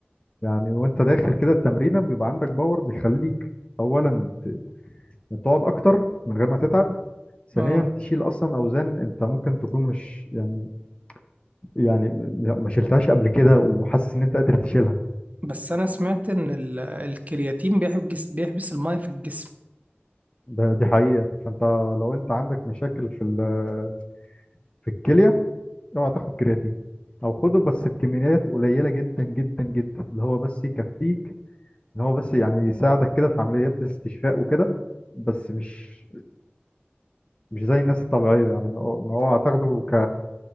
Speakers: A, on the left; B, on the right.
A: يعني وانت داخل كده التمرينه بيبقى عندك باور بيخليك اولا ت- تقعد اكتر من غير ما تتعب ثانيا
B: اه
A: تشيل اصلا اوزان انت ممكن تكون مش يعني يعني م- ما شلتهاش قبل كده وحاسس ان انت قادر تشيلها
B: بس انا سمعت ان ال- الكرياتين بيحبس بيحبس الميه في الجسم
A: ده دي حقيقه فانت لو انت عندك مشاكل في ال- في الكليه اوعى تاخد كرياتين او خده بس بكميات قليله جدا جدا جدا اللي هو بس يكفيك ان هو بس يعني يساعدك كده في عمليات الاستشفاء وكده بس مش مش زي الناس الطبيعيه يعني ما هو ما هو هتاخده ك